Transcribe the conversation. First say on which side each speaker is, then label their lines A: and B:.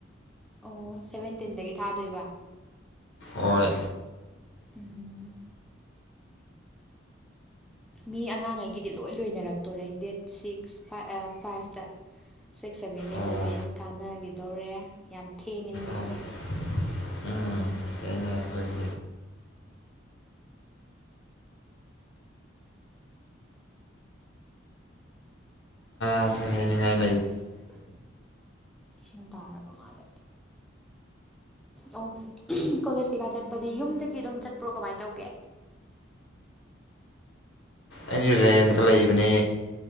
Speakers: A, in the centre; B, on the left.
A: ꯑꯣ ꯁꯦꯚꯦꯟꯇꯤꯟꯗꯒꯤ ꯊꯥꯗꯣꯏꯕ
B: ꯑꯣꯏ
A: ꯎꯝ ꯃꯤ ꯑꯉꯥꯡꯉꯩꯒꯤꯗꯤ ꯂꯣꯏ ꯂꯣꯏꯅꯔꯛꯇꯣꯔꯦ ꯗꯦꯠ ꯁꯤꯛꯁ ꯐꯥꯏ ꯐꯥꯏꯚꯇ ꯁꯤꯛꯁ ꯁꯦꯚꯦꯟꯗꯩꯗꯤ
B: ꯑꯣ
A: ꯂꯣꯏꯅ ꯀꯥꯟꯅꯒꯤꯗꯣꯔꯦ ꯌꯥꯝ ꯊꯦꯡꯉꯦ ꯅꯣꯏꯒꯤꯗꯤ
B: ꯑꯣ ꯎꯝ <unintelligible> ꯉꯥꯍꯥꯏꯅꯤꯡꯉ
A: ꯇꯨꯔꯤꯁ ꯏꯁꯤꯡ ꯇꯥꯔꯕ ꯃꯥꯜꯂꯦ ꯑꯣ ꯀꯣꯂꯦꯖ ꯀꯩꯀꯥ ꯆꯠꯄꯗꯤ ꯌꯨꯝꯗꯒꯤ ꯑꯗꯨꯝ ꯆꯠꯄ꯭ꯔꯣ ꯀꯃꯥꯏ ꯇꯧꯒꯦ
B: ꯑꯩꯗꯤ ꯔꯦꯇ ꯂꯩ ꯏꯕꯅꯦ